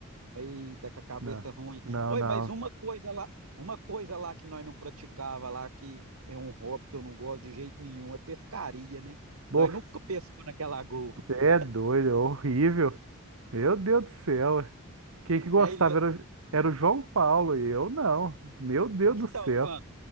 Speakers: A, on the right (about 85°); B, on the right (about 75°).
A: Eita, com a cabeça
B: Não,
A: ruim.
B: não,
A: Oi,
B: não.
A: mas uma coisa lá, uma coisa lá que nós não praticava lá, que é um hobby que eu não gosto de jeito nenhum, é pescaria, né?
B: Você
A: Nós nunca pescamos naquela lagoa. <laughs>
B: é doido, é horrível. Meu Deus do céu. Quem que gostava
A: É, ilo-
B: era, o- era o João Paulo e eu não. Meu Deus
A: então,
B: do céu.
A: tô falando.